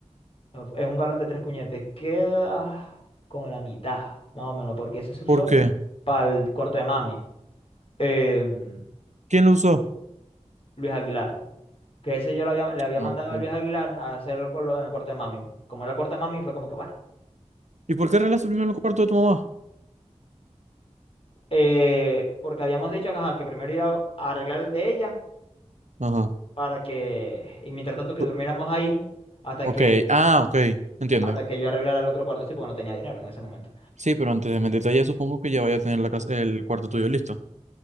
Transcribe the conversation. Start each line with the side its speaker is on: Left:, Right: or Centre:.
Left: of- Es un galón de tres cuñetes. Queda como la mitad, más o menos, porque ese se usó
Right: ¿Por qué?
Left: para el cuarto de mami. em,
Right: ¿Quién lo usó?
Left: Luis Aguilar. Que ese yo lo había- le había
Right: Ah,
Left: mandado
Right: ok.
Left: a Luis Aguilar a hacerlo con lo- en el cuarto de mami. Como era el cuarto de mami, fue como que bueno.
Right: ¿Y por qué arreglaste primero el cuarto de tu mamá?
Left: Eh, porque habíamos dicho que, ajá, que primero iba a arreglar el de ella
Right: Ajá.
Left: para que, y mientras tanto que
Right: Tú-
Left: durmiéramos ahí hasta
Right: Ok,
Left: que,
Right: ah, ok, entiendo.
Left: hasta que yo arreglara el otro cuarto, sí, porque no tenía dinero en ese momento.
Right: Sí, pero antes de meter detalle, supongo que ya vaya a tener la casa, el cuarto tuyo listo.